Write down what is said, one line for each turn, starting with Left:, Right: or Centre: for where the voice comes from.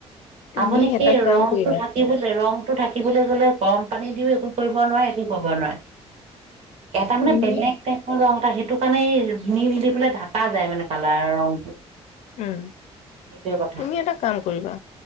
Left: তুমি
Right: আপুনি সেই
Left: এটা কাম
Right: ৰংটো
Left: কৰিবা
Right: থাকিবলৈ ৰং টো থাকিবলৈ গ'লে গৰম পানী দিও একো কৰিব নোৱাৰে একো কৰিব নোৱাৰে এ তাৰমানে
Left: তুমি
Right: বেলেগ দেখ সেইটো কাৰণে এই নীল দি পেলাই ঢাকা যায় মানে কালাৰ ৰংটো
Left: উম
Right: সেইটোৱে কথা
Left: তুমি এটা কাম কৰিবা